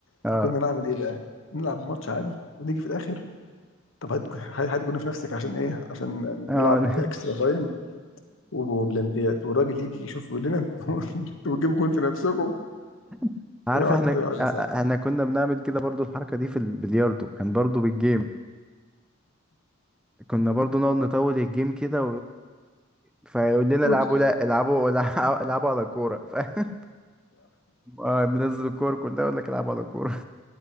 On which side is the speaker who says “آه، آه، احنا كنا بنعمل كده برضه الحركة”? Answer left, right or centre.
Centre